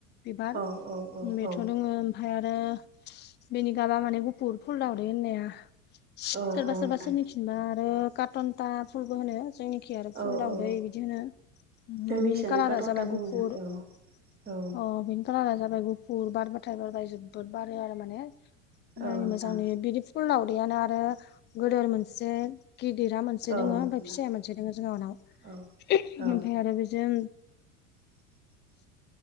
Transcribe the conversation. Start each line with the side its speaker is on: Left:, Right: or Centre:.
Left: बिबार
Right: औ औ औ
Left: बेथ'
Right: औ
Left: दोङो। ओमफ्राय आरो बेनि गाबा माने गुफुर फुल दाउदै होननाया सोरबा
Right: औ औ
Left: सोरबा
Right: नोंथां
Left: सोरनि खिनबा आरो कासनदा फुलबो होनो जोंनिखि आरो फुल
Right: औ
Left: दाउदै
Right: औ
Left: बिदि होनो
Right: जोंनिखिजायनो
Left: ओ‌ बेनि कालारा
Right: काटनटा
Left: जाबाय
Right: बुङो
Left: गुफुर अ
Right: औ औ
Left: बेनि कालारा जाबाय गुफुर बारबाथाय बारबाय जोबोद बारो आरो माने
Right: औ
Left: नो
Right: नोंथां
Left: मोजां नुयो बिदि। फुल उनदैयानो आरो गदोर मोनसे गिदिरा मोनसे
Right: औ
Left: दङो
Right: नोंथां
Left: ओमफ्राय फिसाया मोनसे दङो। ओ जों उनाव
Right: औ
Left: ओमफ्राय
Right: औ
Left: आरो बिजों
Right: <inaudible>